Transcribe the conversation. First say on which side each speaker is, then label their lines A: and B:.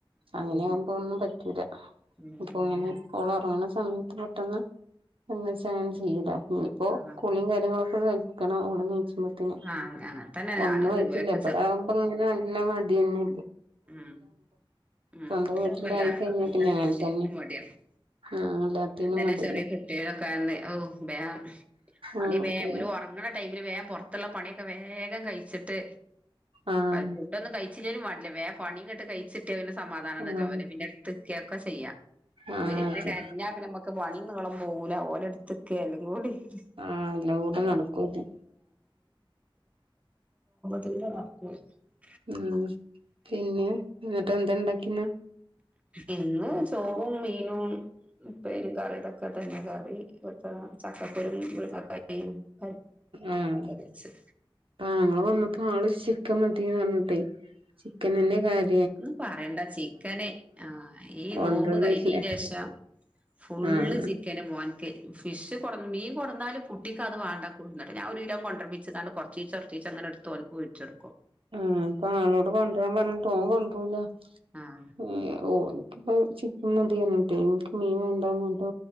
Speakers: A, on the right (about 75°); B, on the right (about 15°).
A: അങ്ങനെയാകുമ്പോ ഒന്നും പറ്റൂല
B: ഉം
A: ഇപ്പൊ ഇങ്ങനെ
B: അങ്ങനെ
A: ഓളൊറങ്ങണ സമയത്ത് പെട്ടെന്ന് എച്ചും ചെയ്ല്ല ഇനിയിപ്പോ
B: ആഹ്
A: കുളിയും കാര്യങ്ങളും കഴിക്കണം <unintelligible> സ്മിതിൻ
B: ആഹ് അങ്ങനെ തന്നെ
A: ഒന്നും
B: ഞാനും
A: ആയിട്ടില്ല
B: ഇവരൊക്കെ
A: എവിടെ ആകുമ്പ അങ്ങനെ നല്ല മടി തന്നെ
B: ഉ ഉ <unintelligible>
A: സ്വന്തം വീട്ടിലായി കഴിഞ്ഞാ പിന്നെ അങ്ങനെ തന്നെ ആഹ് എല്ലാത്തിനും
B: അതെല്ലാ
A: മടിയന്നെ
B: ചെറിയ കൂട്ട്യാള് ഓ വേ പണി
A: ആഹ്
B: വേ
A: പിന്നെ
B: ഓല് ഒറങ്ങണ ടൈമില് വേഗം പുറത്തുള്ള പണിയൊക്കെ വേഗം കഴിച്ചിട്ട്
A: ആഹ്
B: പ ഫുഡൊന്നും കഴിചില്ലേലും വാണ്ടില്ല വേഗം പണി ഇോട്ട് കഴിച്ചിട്ട്ന് സമാധാനം
A: ആഹ്
B: നല്ല പോലെ പിന്നെ തക്കൊക്കെ ചെയ്യാം
A: ആഹ്
B: അവര്ങ്ങനെ
A: അതെ
B: കരഞ്ഞ നമ്മുക്ക് പണി നിളമ്പ പോല ഓല എടുത്തക്കാലും കൂടി <inaudible>
A: ആഹ് എല്ലാം കൂടെ നടക്കൂല
B: ദൂരെ വക്ക <inaudible>
A: ഉ പിന്നെ എന്നങ്ങിട്ട് എന്താ ഉണ്ടാക്കിന്ന
B: ഇന്ന് ചോറും മീനും ഉപരി കറി ഇതൊക്കെ തന്നെ കറി ഇ ചക്ക കറിയും മുറിങ്യ കറി
A: ആഹ
B: വെച്ച്
A: താങ്കൾ വന്നപ്പോ ആള് ചിക്കൻ മതിന്ന് പറഞ്ഞിട്ടെ ചിക്കൻെ കാര്
B: ഒന്ന് പറയണ്ട ചിക്കന ആ ഈ
A: കൊണ്ടരണില്ല
B: നോമ്പ് കഴഞ്ഞീന് ശേഷം ഫുള്ള്
A: ആഹ്
B: ചിക്കന് മോ ൻക്ക് ഫിഷ് കൊടീം കൊടന്നാലും കുട്ടിക്കക്ക് അത് വേണ്ട കൂടുന്നുണ്ട് ഞൻ ഒരു കിലം കൊണ്ടപിിച്ചച്ച് ന കുറച്ചീച്ച ഉറച്ചീച്ച അങ്ങനെടു ഒലപ്പ വെച്ച് കൊടുക്കോ
A: ആ അപ്പൊ ആളോട് കൊണ്ടരാൻ പറഞ്ഞ തോ <unintelligible>
B: ആഹ്
A: ഇപ്പു മതിയ കേട്ടെ എനിക്ക് മീൻ വേണ്ടന്ന് ന്നേട്